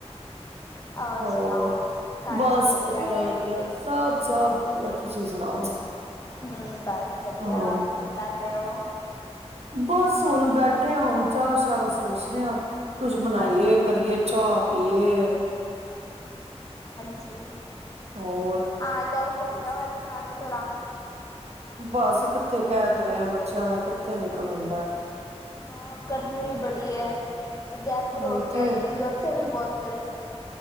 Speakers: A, on the left; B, on the right.
A: ਔਰ
B: ਹੋਰ
A: ਸੁਣਾਓ ਘਰ
B: ਬਸ
A: ਸਭ
B: ਵਧੀਆ
A: ਨੇ
B: ਵਧੀਆ, ਸਭ ਸਭ ਵਧੀਆ। ਤੁਸੀਂ ਸੁਣਾਓ
A: ਹੁੰ ਬਸ ਵਧੀਆ
B: ਹਾਂ
A: ਕੀ ਕਰ ਰਹੇ ਓ
B: ਬੱਸ ਹੁਣ ਬੈਠੇ ਹੁਣ ਚਾਹ ਸ਼ਾਹ ਦਾ ਸੋਚਰੇ ਹ ਕੁਛ ਬਣਾਈਏ
A: ਹਾਂਜੀ
B: ਕਰੀਏ ਚਾਹ ਪੀਏ।
A: ਜੀ
B: ਹੋਰ
A: ਆ ਜਾਓ <unintelligible> <unintelligible>
B: ਕੁਛ। ਬਸ ਕਿੱਥੇ ਕਹਿ ਤੇ ਰਹੇ ਆ ਬੱਚਿਆਂ ਨਲ ਕਿੱਥੇ ਨਿਕਲ ਹੁੰਦਾ।
A: ਹਾਂ ਗਰਮੀ ਵੀ ਬੜੀ ਏ। ਜੈਪੁਰ
B: ਉਹੀ
A: ਹੋ ਕੇ
B: ਤੇ
A: ਆਈ ਉੱਥੇ ਵੀ ਬਹੁਤ ਗਰਮੀ ਏ।